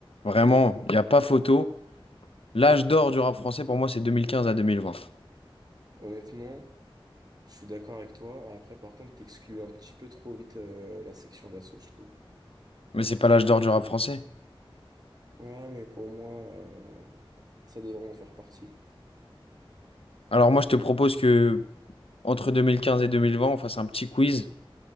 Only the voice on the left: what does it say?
Vraiment, il n'y a pas photo. L'âge d'or du rap français, pour moi, c'est 2015 à 2020.
Mais c'est pas l'âge d'or du rap français.
Alors moi, je te propose que entre 2015 et 2020, on fasse un petit quiz